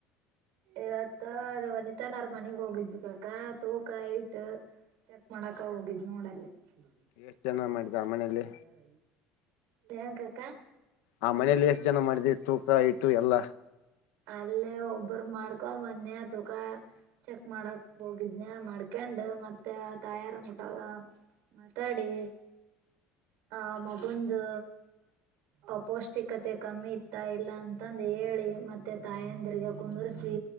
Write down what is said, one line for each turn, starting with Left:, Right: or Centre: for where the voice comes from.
Right: ಇವತ್ತ ಅದೆ ವನಿತ ಅನವ್ರ್ ಮನಿಗ್ ಹೋಗಿದ್ವಿ ಕಾಕ ತೂಕ ಹೈಟ ಚೆಕ್ ಮಾಡಕ ಹೋಗಿದ್ ನೋಡಲ್ಲಿ. ನೋಡಿ
Left: ಎಷ್ಟ್ ಜನ
Right: ನಾವ
Left: ಮಾಡಿದ ಆ ಮನೇಲಿ
Right: ನೀ ನೋಡ್ ಯಾರ ತೇನ್ ಕಾಕ?
Left: ಆ ಮನೇಲ್ ಎಷ್ಟ್ ಜನ ಮಾಡ್ದಿ ತೂಕ ಹೈಟು ಎಲ್ಲ?
Right: ಅಲ್ಲೇ ಒಬ್ರ್ ಮಾಡ್ಕೊ ಬಂದ್ನ್ಯ ತೂಕ ಚೆಕ್ ಮಾಡಕ್ ಹೋಗಿದ್ನ್ಯಾ ಮಾಡ್ಕಂಡು ಮತ್ತೆ ತಾಯರಂಗ್ ಗುಟ ಮಾತಾಡಿ ಆ ಮಗ್ ಒಂದು ಅಪೌಷ್ಟಿಕತೆ ಕಮ್ಮಿ ಇತ್ತಾ ಇಲ್ಲ ಅಂತಂದ್ ಹೇಳಿ ಮತ್ ಮತ್ತೆ ತಾಯಂದಿರ್ಗೆ ಕುಂದ್ರ್ಸಿ